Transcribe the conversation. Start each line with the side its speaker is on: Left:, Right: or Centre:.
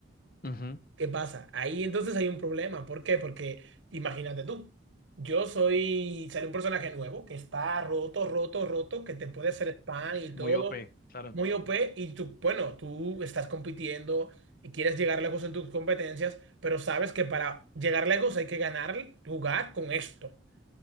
Left: ujú,
Right: ¿Qué pasa? Ahí entonces hay un problema. ¿Por qué? Porque imagínate tú, yo soy, sale un personaje nuevo que está roto, roto, roto, que te puede hacer spam y todo,
Left: Muy OP, claro,
Right: muy OP, y tú, bueno, tú estás compitiendo y quieres llegar lejos en tus competencias, pero sabes que para llegar lejos hay que ganar, jugar con esto. O